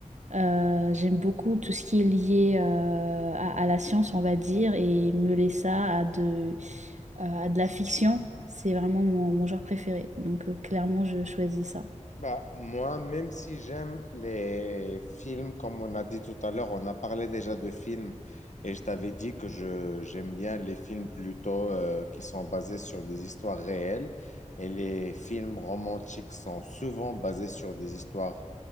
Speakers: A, on the right; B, on the left.
A: Euh, j'aime beaucoup tout ce qui est lié euh, à, à la science, on va dire, et mêler ça à de, euh, à de la fiction. C'est vraiment mon, mon genre préféré. Donc euh, clairement je choisis ça.
B: Bah, moi, même si j'aime les films, comme on a dit tout à l'heure, on a parlé déjà de films et je t'avais dit que je, j'aime bien les films plutôt euh, qui sont basés sur des histoires réelles et les films romantiques sont souvent basés sur des histoires